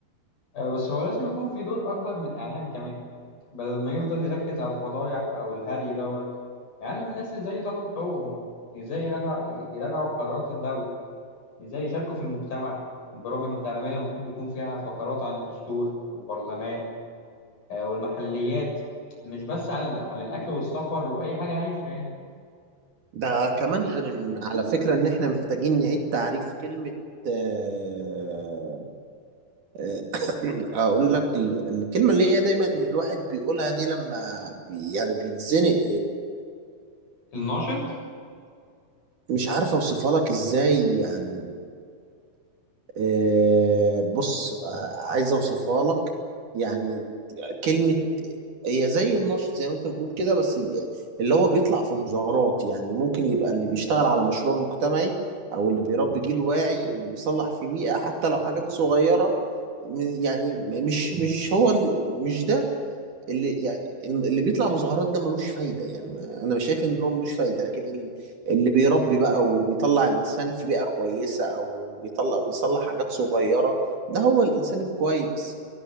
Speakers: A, on the left; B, on the right.
A: آه، بس هو لازم يكون في دور أكبر من الإعلام كمان بدل ما يفضل يركز على الفضايح أو الهري دوت يعلم الناس إزاي يطالبوا بحقوقهم إزاي يراجع يراجعوا قرارات الدولة إزاي يشاركوا في المجتمع البرامج التعليمية المفروض يكون فيها فقرات عن الدستور والبرلمان آه، والمحليات مش بس عن عن الأكل والسفر وأي حاجة هايفة يعني
B: ده كمان غير ان على فكرة ان احنا محتاجين نعيد تعريف كلمة آه، <coughs> آه، <clears throat> اقول لك ال- الكلمة اللي هي دايما الواحد بيقولها دي لما بي يعني بيتزنق
A: الناشط
B: مش عارف اوصفها لك ازاي يعني آه بص آه عايز اوصفها لك يعني كلمة هي زي النشط زي ما انت بتقول كده بس اللي هو بيطلع في مظاهرات يعني ممكن يبقى اللي بيشتغل على مشروع مجتمعي او اللي بيربي جيل واعي اللي بيصلح في بيئة حتى لو حاجات صغيرة م- يعني مش مش هو ال- مش ده اللي يعني اللي بيطلع مظاهرات ده ملوش فايدة يعني ما- أنا مش شايف إن هو ملوش فايدة لكن ال- اللي بيربي بقى وبيطلع إنسان في بيئة كويسة أو بيطلع بيصلح حاجات صغيرة ده هو الإنسان الكويس